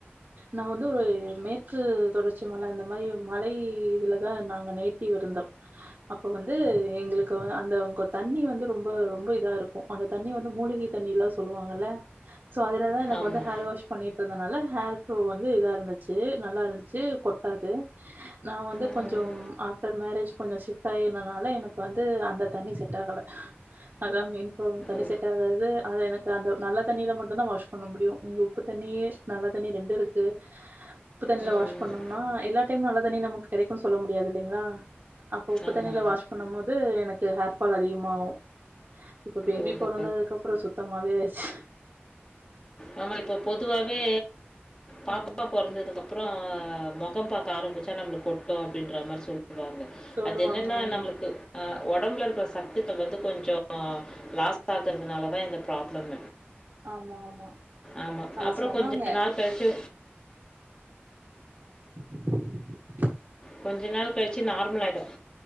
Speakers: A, on the right; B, on the left.
A: நா வந்து ஒரு மேற்கு தொடர்ச்சி மல அந்த மாரி மலை இதுலதா நாங்க நேட்டிவ் இருந்தோ அப்ப வந்து எங்களுக்கு அந்த உங்க தண்ணி வந்து ரொம்ப ரொம்ப இதா இருக்கும் அந்த தண்ணி வந்து மூலிகை தண்ணி எல்லா சொல்லுவாங்கல சோ அதுல தான் எனக்கு
B: ஆமா
A: வந்து ஹேர் வாஷ் பண்ணிட்டு இருந்ததுனால ஹேர் ஃப்ரோ வந்து இதா இருந்துச்சு நல்லா இருந்துச்சு கொட்டாது நான் வந்து
B: ம்
A: கொஞ்சம் ஆஃப்டர் மேரேஜ் கொஞ்சம் ஷிஃப்ட் ஆகி இருந்ததுனால எனக்கு வந்து அந்த தண்ணி செட் ஆகல அதான் மென் ப்ராப்ளம் தனி
B: ஓ
A: செட் ஆகாது அது எனக்கு அந்த நல்ல தண்ணியில மட்டும்தான் வாஷ் பண்ண முடியும் நீங்க உப்பு தண்ணி நல்லா தண்ணி ரெண்டும் இருக்கு உப்பு தண்ணியில
B: ம்
A: வாஷ் பண்ணும்னா எல்லாம் டைம்மும் நல்லா தண்ணியே நமக்கு கிடைக்கும்னு சொல்ல முடியாது இல்லைங்களா அப்ப உப்பு
B: ஆமா.
A: தண்ணியில வாஷ் பண்ணும் போது எனக்கு ஹேர்ஃபால் அதிகமாகும் இப்ப பேபி
B: ஓஹோ!
A: பொறந்ததுக்கு அப்புறம் சுத்தமாவே ஆச்சு
B: நம்ம இப்போ பொதுவாவே பாப்பா
A: ம்
B: பொறந்ததுக்கு அப்புறம் அப்புறம் முகம் பார்க்க ஆரம்பமிச் நம்மளுக்கு கொட்டும் அப்படியின்ற மாதிரி சொல்லுவாங்க
A: சொல்லுவாங்க
B: அது என்னன்னா
A: ஆமா
B: நம்மளுக்கு ஆ உடம்புல இருக்கிற சத்துகள் வந்து கொஞ்சம் லாஸ் ஆகுறதுனால தான் இந்த ப்ராப்ளம்
A: ஆமா ஆமா
B: ஆமா
A: அது
B: அப்புறம்
A: சொன்னாங்க
B: கொஞ்சம் நாள் கழிச்சு
A: <inaudible>
B: கொஞ்ச நாள் கழிச்சு நார்மல் ஆகியிடும்